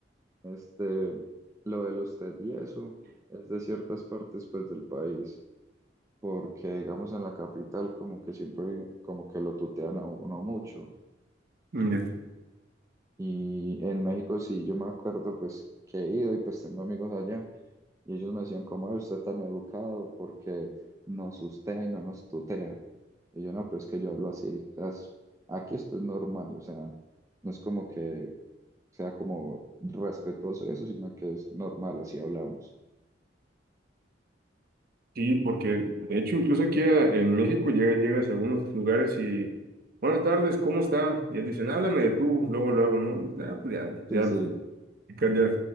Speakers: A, on the right (about 15°); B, on the right (about 55°).
A: Este, lo del usted y eso es de ciertas partes pues del país, porque digamos en la capital como que siempre como que lo tutean a uno mucho.
B: Ya.
A: Y en México sí, yo me acuerdo pues que he ido y pues tengo amigos allá y ellos me decían, ¿cómo es usted tan educado? Porque nos ustea y no nos tutea. Y yo no, pero es que yo hablo así, o sea, es- aquí esto es normal, o sea, no es como que sea como respetuoso y eso, sino que es normal, así hablamos.
B: Sí, porque de hecho incluso aquí a- en México llega, llegas a algunos lugares y buenas tardes, ¿cómo está? Y ellos dicen, háblame de tú, luego, luego, ¿no? Y dices, ah, pues ya,
A: Sí,
B: ya,
A: sí,
B: platicar ya